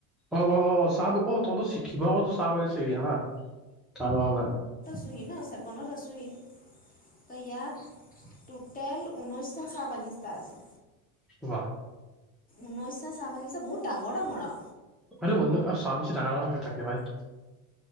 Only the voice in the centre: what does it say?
অহ ',- অহ ',- অহ ', চাহ অহ ', তহইতো শিখিবা টো চাহ বাগি তাহাতৰ ঘৰলৈ <unintelligible>
ৱাহ।
সেইটো আৰু চাহ বাগিচা ডাঙৰ থাকে ভাই।